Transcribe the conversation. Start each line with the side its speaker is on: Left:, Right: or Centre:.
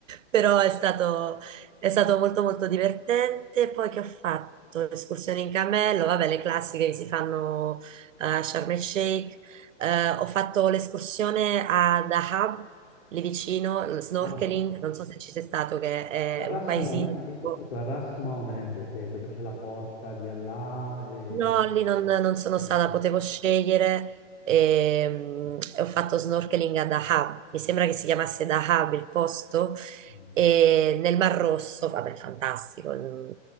Right: Però è stato, è stato molto molto divertente. Poi che ho fatto? Escursioni in cammello, vabbè, le classiche che si fanno a Sharm el Sheikh, eh, ho fatto l'escursione a Dahab, lì vicino, il snorkeling,
Left: Ah,
Right: non so se ci sei stato, che è
Left: a Ras
Right: un paesino
Left: Mohammed,
Right: tipo...
Left: io sono stato a Ras Mohammed, che è dove c'è la porta di Allah e
Right: No, lì non, non sono
Left: non
Right: stata,
Left: c'è...
Right: potevo scegliere e, mm, e ho fatto snorkeling a Dahab, mi sembra che si chiamasse Dahab il posto,
Left: Mm,
Right: e nel Mar Rosso, vabbè, fantastico, mm,